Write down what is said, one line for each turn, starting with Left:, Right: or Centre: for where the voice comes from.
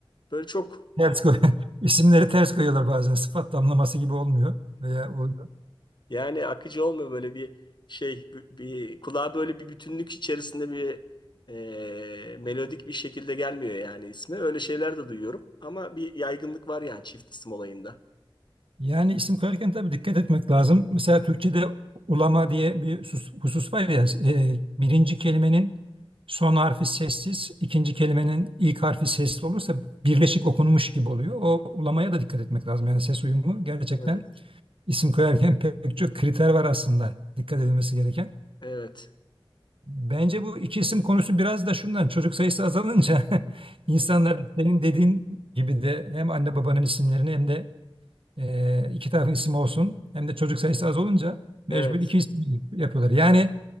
Left: böyle çok
Right: Ters koy <laughs> isimleri ters koyuyorlar bazen sıfat damlaması gibi olmuyor. Veya o
Left: Yani akıcı olmuyor böyle bir şey bir, bir- kulağa böyle bir bütünlük içerisinde bir e, melodik bir şekilde gelmiyor yani ismi. Öyle şeyler de duyuyorum ama bir yaygınlık var yani çift isim olayında.
Right: Yani isim koyarken tabii dikkat etmek lazım. Mesela Türkçe'de ulama diye bir sus- husus var ya, e, birinci kelimenin son harfi sessiz, ikinci kelimenin ilk harfi sesli olursa birleşik okunmuş gibi oluyor. O ulamaya da dikkat etmek lazım. Yani ses uyumu gerçekten
Left: Evet.
Right: isim koyarken <laughs> pek çok kriter var aslında dikkat edilmesi gereken.
Left: Evet.
Right: Bence bu iki isim konusu biraz da şundan çocuk sayısı azalınca <laughs> insanlar senin dediğin gibi de hem anne babanın isimlerini hem de e, iki tarafın ismi olsun. Hem de çocuk sayısı az olunca mecbur
Left: Evet.
Right: iki isim yapıyorlar. Yani